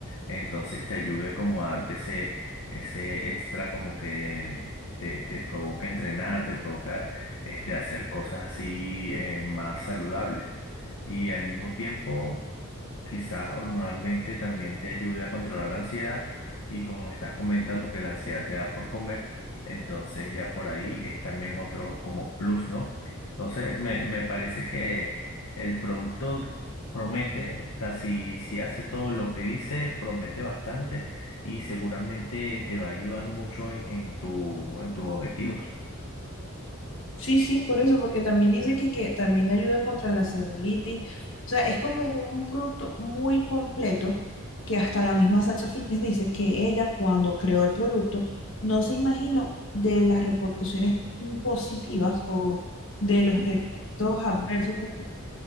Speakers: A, on the left (about 75°); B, on the left (about 60°).
A: entonces te ayude como a darte ese, ese extra como que te, te provoca entrenar, te provoca este, hacer cosas así eh, más saludables y al mismo tiempo quizás hormonalmente también te ayude a controlar la ansiedad y como me estás comentando que la ansiedad te da por comer, entonces ya por ahí es también otro como plus, ¿no? Entonces me, me parece que el producto promete, o sea, si, si hace todo lo que dice, promete bastante y seguramente te va a ayudar mucho en, en tu, en tus objetivos.
B: Sí, sí, por eso, porque también dice que, que también ayuda contra la celulitis. O sea, es como un producto muy completo que hasta la misma Sacha Fitness dice que ella cuando creó el producto no se imaginó de las repercusiones positivas o de los efectos adversos, porque-